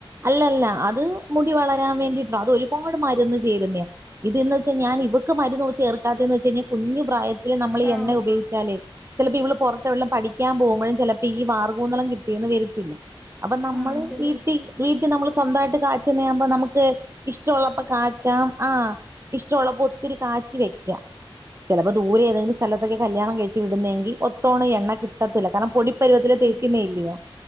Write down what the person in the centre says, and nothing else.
ആഹ്
ആഹ് ശരിയാ
കൊടുത്തു വിടാല്ലേ
ഉം